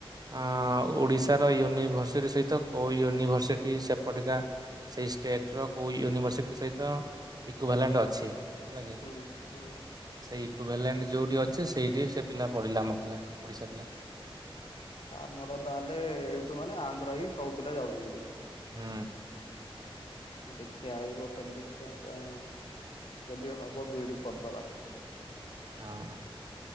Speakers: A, on the right; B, on the left.
A: ଅ ଓଡିଶାର ୟୁନିଭରସିଟି ସହିତ କୋଉ ୟୁନିଭରସିଟି ସେପଟିକା ସେଇ ଷ୍ଟେଟ ର କୋଉ ୟୁନିଭରସିଟି ସହିତ ଇକୋଭଲାଣ୍ଡ ଅଛି। ହେଲା କି
B: ହୁଁ ହୁଁ।
A: ସେଇ ଇକୋଭଲେଣ୍ଟ ଯଉଁଠି ଅଛି ସେଇଠି ସେ ପିଲା ପଢିଲା ଆମ ପିଲା ଓଡ଼ିଶା ପିଲା।
B: ଆମର ତାହେଲେ ଏଇଠୁ ମାନେ ଆନ୍ଧ୍ର ହିଁ ସବୁ ପିଲା ଯାଉଛନ୍ତି।
A: ହୁ।
B: ଦେଖିବା ଏଇ ବର୍ଷ ଟ ଦେଖିବା। ଯଦି ହବ ବିଡ଼ି କରିଦେବା।
A: ହଁ